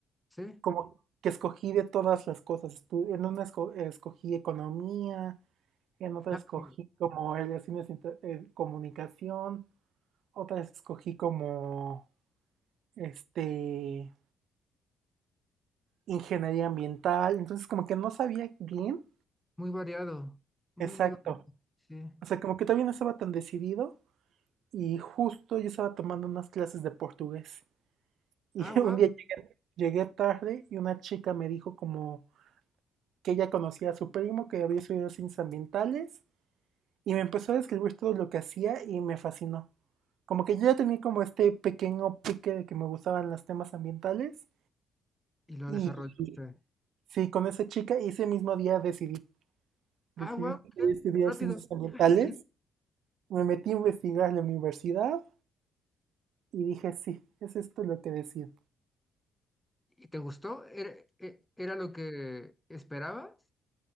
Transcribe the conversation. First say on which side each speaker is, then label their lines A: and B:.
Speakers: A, in the centre; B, on the right (about 75°).
A: Sí,
B: como que escogí de todas las cosas. estu- En una esco- escogí economía, En otra
A: <laughs>
B: escogí como relaciones inter- eh, comunicación, otra escogí como este ingeniería ambiental, entonces como que no sabía bien,
A: muy variado, muy,
B: exacto.
A: muy variado. Sí.
B: O sea, como que todavía no estaba tan decidido y justo yo estaba tomando unas clases de portugués y
A: Ah,
B: <laughs>
A: wow.
B: un día llegué llegué tarde y una chica me dijo como que ella conocía a su primo que había estudiado ciencias ambientales y me empezó a describir todo lo que hacía y me fascinó. Como que yo ya tenía como este pequeño pique de que me gustaban los temas ambientales
A: y lo
B: y
A: desarrollaste.
B: y sí, con esa chica y ese mismo día decidí, decidí
A: Ah, wow,
B: que quería
A: qué
B: estudiar
A: rápido.
B: ciencias ambientales,
A: <laughs> Sí.
B: me metí a investigar en la universidad y dije, sí, es esto lo que decido.
A: ¿Y te gustó? ¿Era, e- era lo que esperabas?